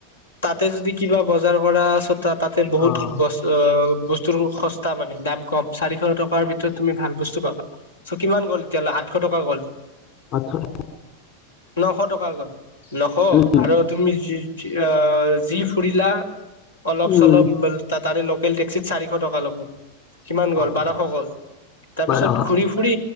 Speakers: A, on the left; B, on the left.
A: তাতে যদি কিবা বজাৰ কৰা চ তাৰ তাতে বহুত
B: অ',
A: ব বস্তুৰ সস্তা মানে দাম কম চাৰিশ টকাৰ ভিতৰত। তুমি ভাল বস্তু পাবা চ' কিমান গ'ল এতিয়ালৈ আঠশ টকা গ'ল।
B: আঠশ টকা
A: নশ টকা গ'ল নশ
B: উম,
A: আৰু তুমি যি অ যি ফুৰিলা অলপ
B: উম,
A: চলপ তা তাৰে লোকেল টেক্সিত চাৰিশ টকা ল'ব কিমান গ'ল
B: অ',
A: বাৰশ গ'ল। তাৰপিছত
B: বাৰশ
A: ঘূৰি ফুৰি